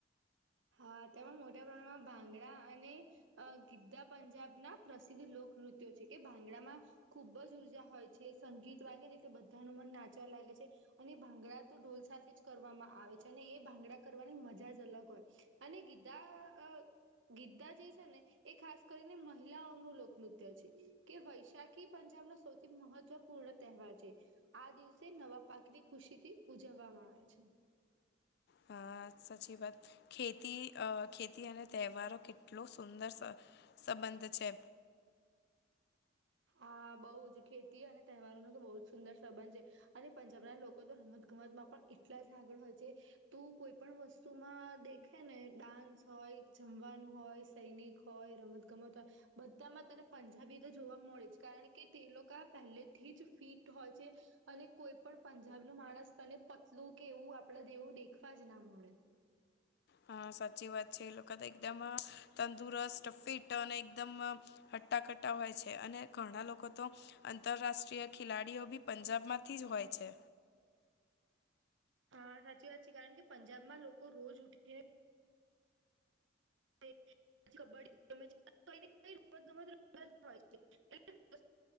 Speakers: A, on the right; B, on the left.
A: હા તેમાં મોટા પ્રમાણમાં ભાંગડા અને અ ગીદ્ધા પંજાબના પ્રસિદ્ધ લોકનૃત્યો છે, કે ભાંગડામાં ખુબ જ ઉર્જા હોય છે, સંગીત વાગે ને એટલે બધાનું મન નાચવા લાગે છે. અને ભાંગડા તો ઢોલ સાથે જ કરવામાં આવે છે, અને એ ભાંગડા કરવાની મજા જ અલગ અને ગીધા અ ગીધા જે છે, ને એ ખાસ કરીને મહિલાઓનું લોકનૃત્ય છે, કે વૈશાખ ખી પંજાબનો સૌથી મહત્વપૂર્ણ તહેવાર છે. આ દિવસે નવા પાકની ખુશીથી ઉજવવામાં આવે છે.
B: અ સાચી વાત ખેતી અ ખેતી અને તહેવારો કેટલો સુંદર સ સંબંધ છે.
A: હા બો જ ખેતી અને તહેવારો નો તો બો જ સુંદર સંબંધ છે. અને પંજાબના લોકોતો રમત ગમતમાં પણ એટલા જ આગળ હોય છે. તું કોઈ પણ વસ્તુમાં દેખે ને ડાન્સ હોય જમવાનું હોય સૈનિક હોય રમત ગમત હોય બધામાં તને પંજાબી તો જોવા મળે જ કારણ કે તે લોકો પહેલેથી જ ફિટ હોય છે. અને કોઈ પણ પંજાબ નુ માણસ તને પતલું કે એવું આપડા જેવું દેખવા ના મળે.
B: હા સાચી વાત છે એ લોકો તો એકદમ તંદુરસ્ત ફિટ અને એકદમ હટ્ટાકટ્ટા હોય છે અને ઘણા લોકો તો આંતરરાષ્ટ્રીય ખેલાડીઓ બી પંજાબમાં થી જ હોય છે.
A: હા સાચી વાત છે કારણ કે પંજાબ માં લોકો રોજ ઉઠીને પછી કબડ્ડી રમત હોય છે <unintelligible>